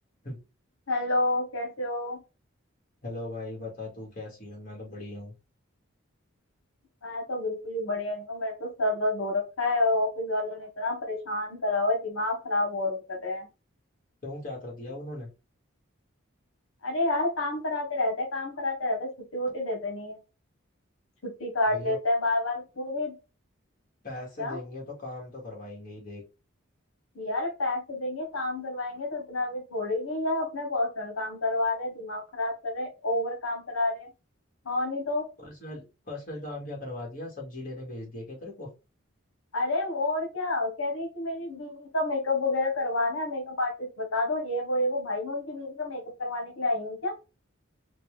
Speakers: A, on the left; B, on the left.
A: है-
B: Hello कैसे हो
A: हेलो भाई बता तू कैसी है मैं तो बढ़िया हूँ
B: मैं तो बिल्कुल ही बढ़िया नहीं हूँ मेरे तो सर दर्द हो रखा है और ऑफिस वालों ने इतना परेशान करा हुआ है दिमाग खराब और कर रहे हैं
A: क्यों क्या कर दिया उन्होंने
B: अरे यार काम कराते रहते हैं काम कराते रहते हैं छुट्टी वुट्टी देते नहीं है छुट्टी काट
A: भैया
B: लेते हैं बार बार पूरे
A: पैसे
B: क्या
A: देंगे तो काम तो करवाएंगे ही देख
B: यार पैसे देंगे काम करवाएंगे तो इतना भी थोड़ी ही यार अपने पर्सनल काम करवा रहे हैं दिमाग खराब कर रहे हैं ओवर काम करा रहे हैं हाँ नहीं तो
A: पर्सनल पर्सनल काम क्या करवा दिया सब्जी लेने भेज दिया क्या तेरे को
B: अरे वो और क्या कह रही है कि मेरी बीवी का मेकअप वगैरह करवाना है मेकअप आर्टिस्ट बता दो ये वो ये वो भाई मैं उनकी बीवी का मेकअप करवाने के लिए आई हूँ क्या